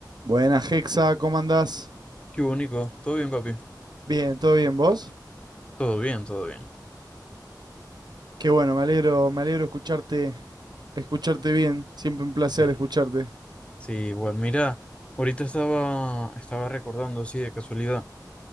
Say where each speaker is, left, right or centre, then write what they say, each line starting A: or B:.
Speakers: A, on the right (about 70°); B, on the left (about 15°).
A: Buenas, Hexa, ¿cómo andás?
B: Qué único. Todo bien, papi.
A: Bien, ¿todo bien vos?
B: Todo bien, todo bien.
A: Qué bueno, me alegro, me alegro escucharte, escucharte bien. Siempre un placer
B: Sí,
A: escucharte.
B: sí, igual. Mira, ahorita estaba, estaba recordando, sí, de casualidad,